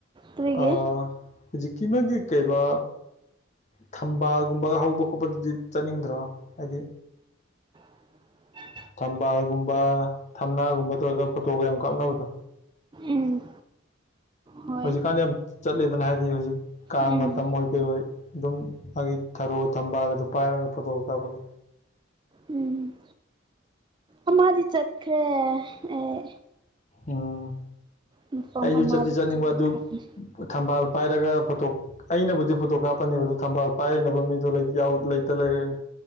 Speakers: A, on the right; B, on the left.
A: ꯀꯔꯤꯒꯤ
B: ꯑ ꯍꯧꯖꯤꯛꯀꯤ ꯅ‌ꯣꯏꯒꯤ ꯀꯩꯕꯥ ꯊꯝꯕꯥꯜꯒꯨꯝꯕ ꯍꯧꯕ ꯈꯣꯠꯄꯗꯨꯗꯤ ꯆꯠꯅꯤꯡꯗ꯭ꯔꯣ ꯍꯥꯏꯗꯤ
A: <unintelligible>
B: ꯊꯝꯕꯥꯜꯒꯨꯝꯕ ꯊꯝꯅꯥꯒꯨꯝꯕ ꯇꯧꯔꯒ ꯐꯣꯇꯣꯒ ꯌꯥꯝ ꯀꯥꯞꯅꯕꯗꯣ꯫
A: ꯎꯝ꯫ ꯍꯣꯏ
B: ꯍꯧꯖꯤꯛꯀꯥꯟꯗꯤ ꯌꯥꯝ ꯆꯠꯂꯤꯗꯅ ꯍꯥꯏꯗꯤ ꯍꯧꯖꯤꯛ ꯀꯥꯡ
A: ꯎꯝ
B: ꯃꯇꯝ ꯑꯣꯏ ꯀꯩ ꯑꯣꯏ ꯑꯗꯨꯝ ꯃꯥꯒꯤ ꯊꯔ ꯔꫭ ꯊꯕꯥꯜꯒꯗꯨ ꯄꯥꯏꯔꯒ ꯐꯇꯣꯒ ꯀꯥꯞꯄꯗꯨ꯫
A: ꯎꯝ꯫ ꯑꯃꯗꯤ ꯆꯠꯈ꯭ꯔꯦ ꯑꯦ꯫
B: ꯎꯝ
A: ꯃꯐꯝ
B: ꯑꯩꯁꯨ
A: ꯑꯃꯗꯤ
B: ꯆꯠꯇꯤ ꯆꯠꯅꯤꯡꯕ
A: ꯆꯠꯈ꯭ꯔꯕꯅꯤ
B: ꯑꯗꯨ ꯊꯝꯕꯥꯜ ꯄꯥꯏꯔꯒ ꯐꯣꯇꯣ ꯑꯩꯅꯕꯨꯗꯤ ꯐꯣꯇꯣ ꯀꯥꯞꯄꯅꯦꯕꯗ ꯊꯝꯕꯥꯜ ꯄꯥꯏꯔꯅꯕ ꯃꯤꯗꯣ ꯂꯩꯇ ꯂꯩꯔꯦ꯫